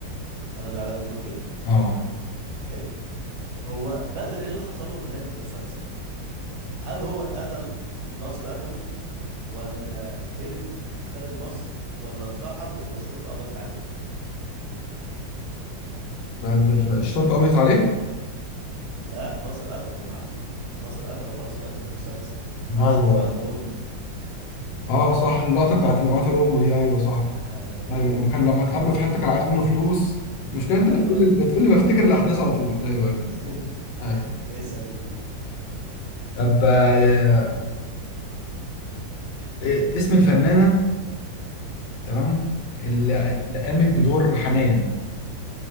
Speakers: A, on the right (about 65°); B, on the left (about 80°).
A: انا اللي عليا الدور كده
B: اه
A: حلو هو بدر ايه اللي حصل له في نهاية المسلسل هل هو اتقتل ناصر قتله ولا هرب خارج مصر ولا انتحر ولا الشرطة قبضت عليه
B: بعد الشرطه قبضت عليه
A: لا ناصر قتله يا معلم ناصر قتله خالص في اخر المسلسل
B: هو
A: علشان هو قتل امه
B: اه صح اللقطه بتاعت لما قتل امه دي ايوه صح
A: ايوه
B: ايوه لما كان لما اتقابلوا في حته كان عايز منه فلوس المشكله انت
A: ايوه
B: بتقول لي بتقول لي بفتكر الاحداث على طول ايوه ايوه
A: <laughs>
B: أيوة.
A: اسال يا كبير
B: طب آه، إيه اسم الفنانه تمام اللي
A: امم
B: اللي قامت بدور حنان